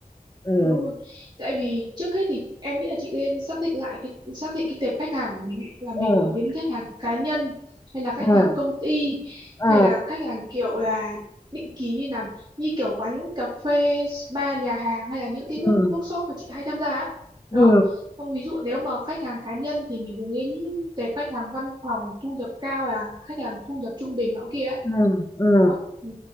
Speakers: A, on the left (about 20°); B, on the right (about 30°).
A: ừ
B: Đúng rồi. Tại vì trước hết thì em nghĩ là chị nên xác định lại cái xác định cái tệp khách hàng của mình ấy, là mình
A: ừ
B: hướng đến khách hàng cá nhân hay là khách
A: ừ
B: hàng công ty hay
A: ừ
B: là khách hàng kiểu là định kỳ như nào như kiểu quán cà phê, spa, nhà hàng hay là những cái work-
A: ừ
B: workshop mà chị hay tham gia á. Đó.
A: ừ
B: Xong ví dụ nếu mà khách hàng cá nhân thì mình hướng đến tệp khách hàng văn phòng thu nhập cao là khách hàng thu nhập trung bình nọ kia
A: ừ ừ
B: đó ừ.